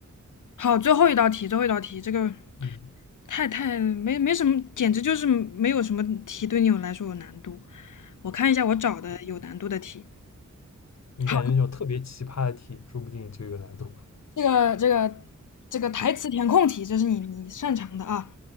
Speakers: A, on the left; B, on the left.
A: 好，最后一道题，最后一道题，这个。
B: 嗯，
A: 太太没没什么，简直就是没有什么题对你们来说有难度。我看一下我找的有难度的题。
B: 你感觉那种特别奇葩的题，
A: 好，
B: 说不定就有难度，
A: 这个这个这个台词填空题，这是你你擅长的啊。